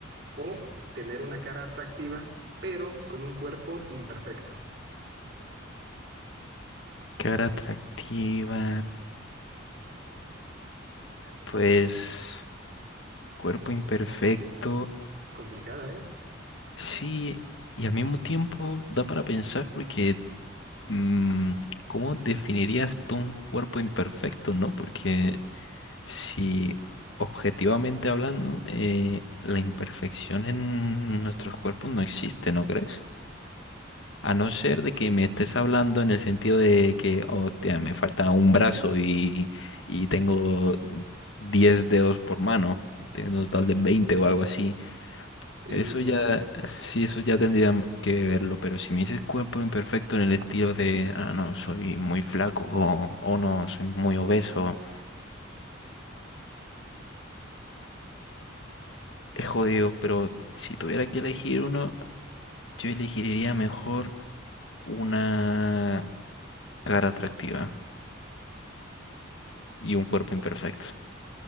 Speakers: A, on the right; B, on the left.
A: ¿O tener una cara atractiva pero con un cuerpo imperfecto?
B: Cara atractiva, pues cuerpo imperfecto,
A: Complicada, ¿eh?
B: sí, y al mismo tiempo da para pensar porque mm, ¿cómo definirías tú un cuerpo imperfecto, no? Porque Si objetivamente hablando, eh, la imperfección en nuestros cuerpos no existe, ¿no crees? A no ser de que me estés hablando en el sentido de que, oh, tía, me falta un brazo y, y tengo 10 dedos por mano, tengo un total de 20 o algo así.
A: Sí,
B: Eso
A: sí, claro.
B: ya, sí, eso ya tendría que verlo, pero si me dices cuerpo imperfecto en el estilo de, ah, no, soy muy flaco o, o no, soy muy obeso. Es jodido, pero si tuviera que elegir uno, yo elegiría mejor una cara atractiva y un cuerpo imperfecto.